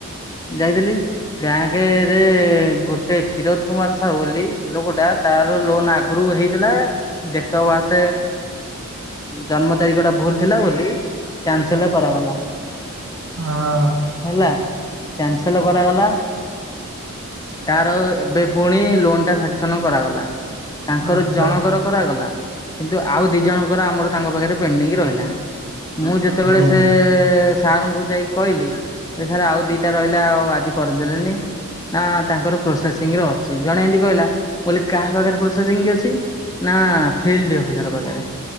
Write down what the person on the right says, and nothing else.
ହଁ
ଆଚ୍ଛା
ହୁଁ